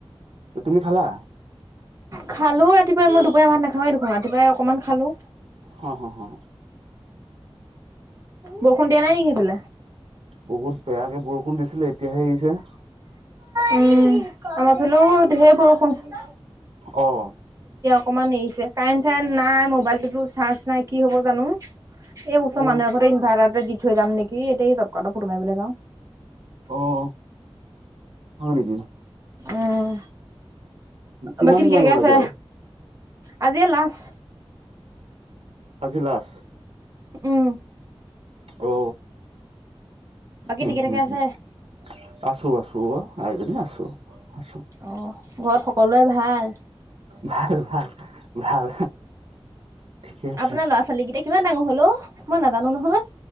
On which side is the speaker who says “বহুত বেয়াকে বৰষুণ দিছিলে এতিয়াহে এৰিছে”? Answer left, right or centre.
Right